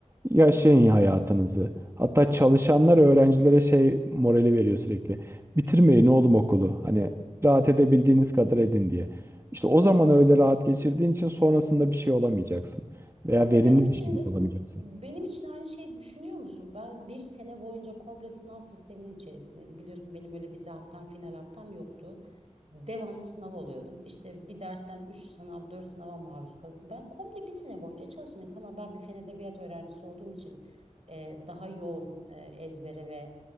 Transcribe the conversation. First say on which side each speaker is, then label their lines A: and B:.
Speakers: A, on the right (about 20°); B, on the right (about 55°).
A: Yaşayın hayatınızı. Hatta çalışanlar öğrencilere şey morali veriyor sürekli. Bitirmeyin oğlum okulu. Hani rahat edebildiğiniz kadar edin diye. İşte o zaman öyle rahat geçirdiğin için sonrasında bir şey olamayacaksın. Veya
B: Hamza
A: verimli
B: benim için
A: bir şekilde
B: de
A: olamayacaksın.
B: benim için aynı şeyi düşünüyor musun? Ben bir sene boyunca komple sınav sisteminin içerisindeydim. Biliyorsun benim öyle vize haftam, final haftam yoktu. Devamlı sınav oluyordum. İşte bir dersten 3 sınav, 4 sınava maruz kalıyordum. Ben komple bir sene boyunca çalışmadım. Tamam ben bir fen edebiyat öğrencisi olduğum için e, daha yoğun e, ezbere ve